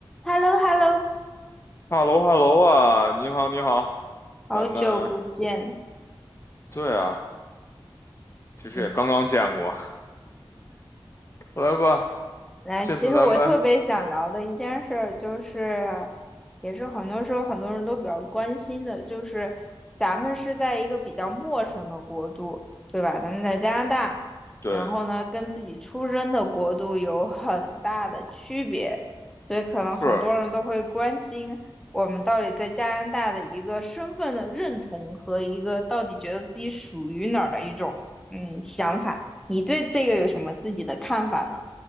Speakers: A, in the centre; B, on the left (about 30°).
A: h e l l o h e l l o
B: 哈喽哈喽啊，你好你好，
A: 好久不见，
B: 咱们对啊，其实也刚刚见过，
A: 你
B: <laughs> 来吧，
A: 来，
B: 这次咱们
A: 其实我特别想聊的一件事儿，就是，也是很多时候很多人都比较关心的，就是咱们是在一个比较陌生的国度，对吧？咱们在加拿大，
B: 对
A: 然后呢，跟自己出生的国度有很大的区别，所以可能很多人都会关心我们到底在加拿大的一个身份的认同和一个到底觉得自己属于哪儿的一种嗯想法。
B: 是
A: 你对这个有什么自己的看法呢？